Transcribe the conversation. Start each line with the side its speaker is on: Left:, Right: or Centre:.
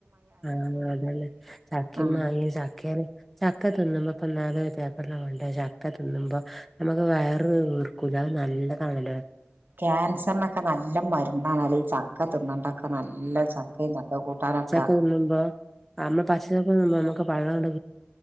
Centre: ആ ആ അതന്നെചക്കിം
Right: ആഹ്
Centre: മാങ്ങിം ചാക്കിയല് ചക്ക തിന്ന് മ്പോ ഇപ്പൊ നാല് <unintelligible> ണ്ട ചക്ക തിന്നുമ്പോ നമുക്ക് വയറ് വീർക്കൂല നല്ല കണല
Right: ക്യാൻസർ നൊക്കെ നല്ല മരുന്നാണ് ചക്ക തിന്നണ്ടൊക്കെ നല്ല ചക്കയിന്നൊക്കെ കൂട്ടാനക്ക
Centre: തിന്നു ബോ അ <unintelligible> ന്താന്ന്